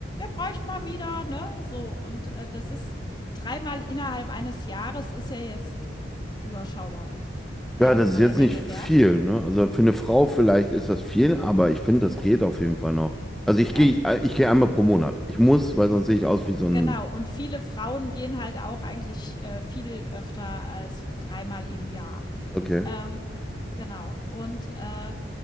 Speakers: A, on the left (about 25°); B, in the centre.
A: bräuchten mal wieder, ne? So. Und äh, das ist dreimal innerhalb eines Jahres ist ja jetzt überschaubar äh,
B: Ja, das
A: von
B: ist jetzt
A: der Menge
B: nicht viel,
A: her.
B: ne? Also für eine Frau vielleicht ist das viel, aber ich finde, das geht auf jeden Fall noch. Also ich
A: Ja,
B: gehe,
A: die,
B: ich gehe einmal pro Monat. Ich muss, weil sonst sehe ich aus wie so ein.
A: genau. Und viele Frauen gehen halt auch eigentlich äh, viel öfter als dreimal im Jahr.
B: Okay.
A: Ähm, genau. Und, äh,